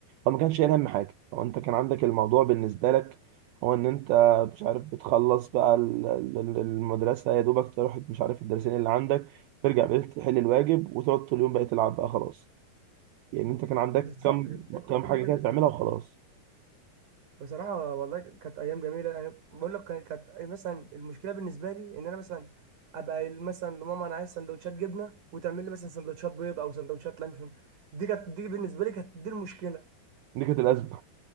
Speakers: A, on the right; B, on the right.
A: هو ما كانش شايل هم حاجه هو انت كان عندك الموضوع بالنسبه لك هو ان انت مش عارف بتخلص بقى ال- ال- ال- المدرسه يا دوبك تروح مش عارف الدرسين اللي عندك ترجع بالليل تحل الواجب وتقعد طول اليوم بقى تلعب بقى خلاص يعني انت كان عندك
B: بالظبط
A: كم
B: كانت كنت
A: كم
B: بتبقى
A: حاجه
B: كده
A: كده تعملها وخلاص
B: بصراحة والله كانت أيام جميلة أنا بقول لك كان- كانت مثلا المشكلة بالنسبة لي إن أنا مثلا أبقى قايل مثلا لماما أنا عايز سندوتشات جبنة وتعمل لي مثلا سندوتشات بيض أو سندوتشات لانشون دي كانت دي بالنسبة لي كانت دي المشكلة
A: دي كانت الازمه